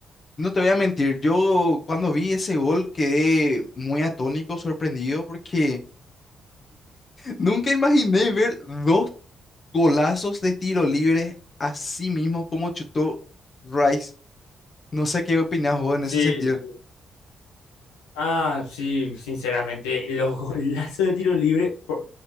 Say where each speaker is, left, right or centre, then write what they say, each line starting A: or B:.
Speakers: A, on the left; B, on the left.
A: No te voy a mentir, yo cuando vi ese gol quedé muy atónico, sorprendido, porque Nunca imaginé ver dos golazos de tiro libre así mismo como chutó Rice. No sé qué opinas vos en
B: Sí,
A: ese sentido.
B: Ah, sí, sinceramente, los <laughs> golazos de tiro libre, por-